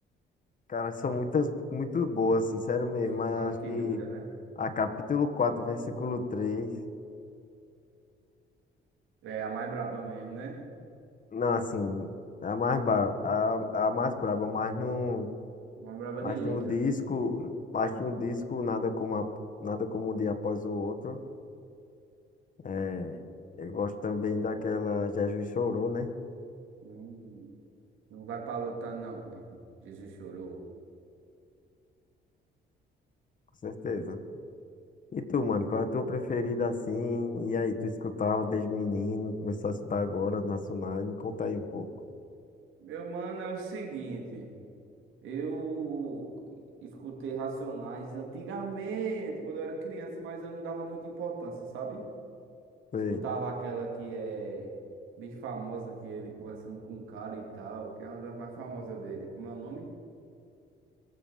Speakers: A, on the left (about 40°); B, on the right (about 85°).
A: cara, são muitas, muito boas, assim, sério mesmo,
B: Acho que
A: mas
B: tu tá
A: eu
B: muito
A: acho que
B: em dúvida, né?
A: a capítulo 4 versículo três
B: É a mais braba mesmo, né?
A: não, assim, é a mais, bar... a, a mais braba, mas não.
B: Mais braba
A: acho
B: de letra.
A: no disco, acho no disco nada como a- nada como um dia após o outro. É, eu gosto também daquela Jesus Chorou, né?
B: Hum, não vai pra lutar, não. Jesus chorou.
A: Com certeza. E tu, mano, qual é a tua preferida assim? E aí, tu escutava desde menino, começou a escutar agora, nacional, me conta aí um pouco.
B: Meu mano, é o seguinte. Eu escutei Racionais antigamente, quando eu era criança, mas eu não dava muita importância, sabe?
A: Sei.
B: Escutava aquela que é bem famosa, que é ele conversando com um cara e tal, que é uma das mais famosas dele. Como é o nome?